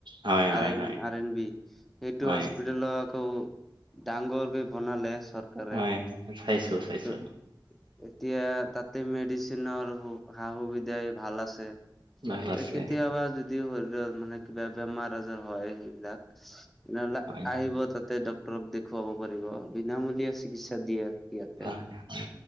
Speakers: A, on the right; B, in the centre.
A: হয়
B: আৰ
A: হয়
B: এন
A: হয়
B: আৰ এন বি এইটো
A: হয়
B: হস্পিটল আকৌ। ডাঙৰ কৈ বনালে। চৰকাৰে
A: হয় হয় চাইছোঁ চাইছোঁ।
B: এইটো এতিয়া তাতে মেডিচিনৰ হুক সা সুবিধাই ভাল আছে
A: ভাল
B: তে
A: আছে
B: কেতিয়াবা যদি শৰীৰিত মানে কিবা বেমাৰ আজাৰ হয় সেইবিলাক তেনেহলে
A: হয়
B: আহিব তাতে ড দেখুৱাব পাৰিব। বিনামূলীয়া চিকিৎসা দিয়ে ইয়াতে।
A: হয় হয়